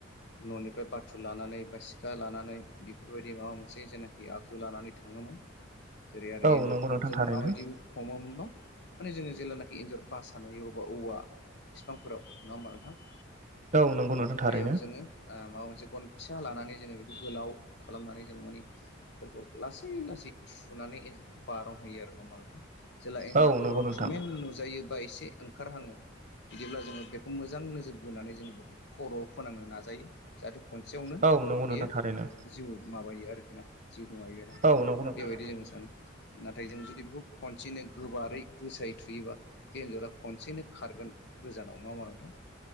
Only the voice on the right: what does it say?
औ
नंगौ नोंथां
थारैनो
औ नंगौ नोंथां थारैनो
औ
नंगौ नोंथां
औ नंगौ नोंथां
थारैनो
औ नंगौ नोंथां